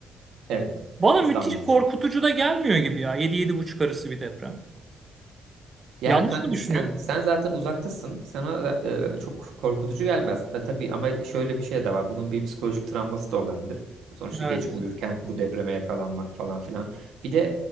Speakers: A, on the right; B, on the right.
A: Evet,
B: Bana
A: İstanbul
B: müthiş
A: için.
B: korkutucu da gelmiyor gibi ya. yedi yedi buçuk arası bir deprem.
A: Yani
B: Yanlış
A: kanka
B: mı düşünüyorum?
A: sen sen zaten uzaktasın. Sana da, e, çok korkutucu gelmez. E, tabii ama şöyle bir şey de var. Bunun bir psikolojik travması da olabilir. Sonuçta
B: Evet.
A: gece uyurken bu depreme yakalanmak falan filan. Bir de